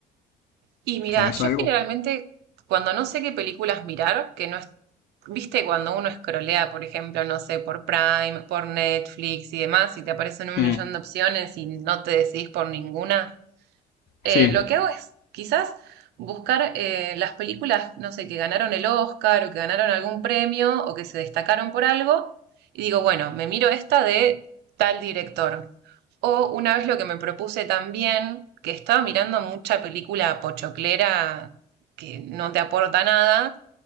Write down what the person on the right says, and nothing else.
Y mira,
yo
generalmente cuando no sé qué películas mirar, que no es, viste, cuando uno escrolea, por ejemplo, no sé, por Prime, por Netflix y demás, y te aparecen un
millón de opciones y no te decidís por ninguna. Eh,
lo que hago es quizás buscar eh, las películas, no sé, que ganaron el Oscar o que ganaron algún premio o que se destacaron por algo y digo, bueno, me miro esta de tal director. O una vez lo que me propuse también, que estaba mirando mucha película pochoclera que no te aporta nada